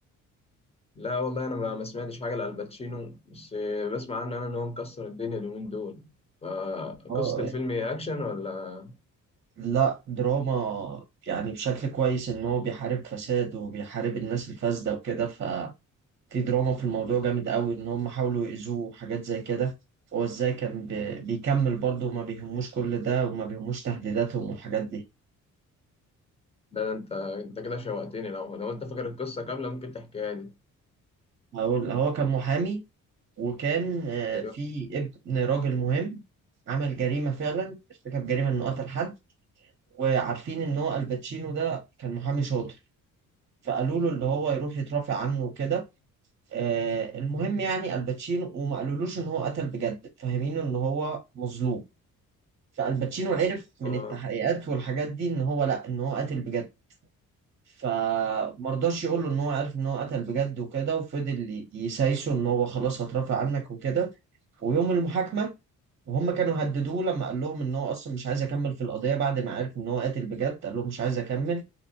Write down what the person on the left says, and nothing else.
لا والله انا ما ما سمعتش حاجه لالباتشينو بس بسمع عنه انا ان هو مكسر الدنيا اليومين دول فقصه
الفيلم هي اكشن ولا لا
ده انت انت كده شوقتني لو لو انت فاكر القصه كامله ممكن تحكيها لي
ايوه
آه،